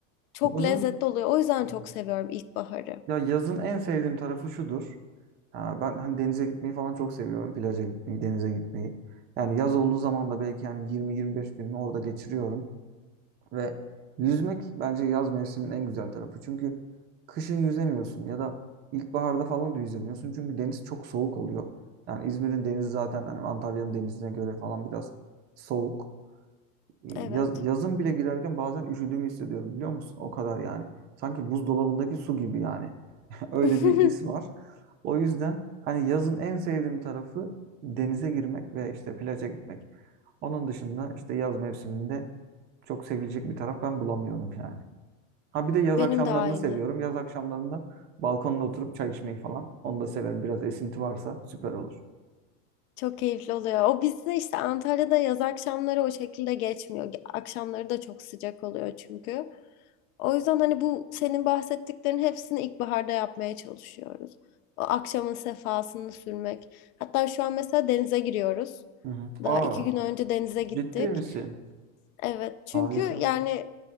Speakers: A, on the left (about 80°); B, on the right (about 25°).
A: Çok
B: Yazın
A: lezzetli oluyor. O yüzden
B: Evet.
A: çok seviyorum ilkbaharı.
B: ya yazın en sevdiğim tarafı şudur. Ha, ben hani denize gitmeyi falan çok seviyorum. Plaja gitmeyi, denize gitmeyi. Yani yaz olduğu zaman da belki yani 20-25 günümü orada geçiriyorum. Ve yüzmek bence yaz mevsiminin en güzel tarafı. Çünkü kışın yüzemiyorsun ya da ilkbaharda falan da yüzemiyorsun. Çünkü deniz çok soğuk oluyor. Yani İzmir'in denizi zaten hani Antalya'nın denizine göre falan biraz soğuk. Ee,
A: Evet.
B: Yaz, yazın bile girerken bazen üşüdüğümü hissediyorum biliyor musun? O kadar yani. Sanki buzdolabındaki su gibi yani. <laughs> Öyle
A: <laughs>
B: bir his var. O yüzden hani yazın en sevdiğim tarafı denize girmek ve işte plaja gitmek. Onun dışında işte yaz mevsiminde çok sevilecek bir taraf ben bulamıyorum yani. Ha bir de yaz
A: Benim
B: akşamlarını
A: de aynı.
B: seviyorum. Yaz akşamlarında balkonda oturup çay içmeyi falan. Onu da severim. Biraz esinti varsa süper olur.
A: Çok keyifli oluyor. O bizde işte Antalya'da yaz akşamları o şekilde geçmiyor. Ge- Akşamları da çok sıcak oluyor çünkü. O yüzden hani bu senin bahsettiklerin hepsini ilkbaharda yapmaya çalışıyoruz. O akşamın sefasını sürmek. Hatta şu an mesela denize giriyoruz.
B: Hı hı.
A: Daha
B: Aa,
A: iki gün önce denize gittik.
B: ciddi misin?
A: Evet çünkü
B: Harika
A: yani
B: ya.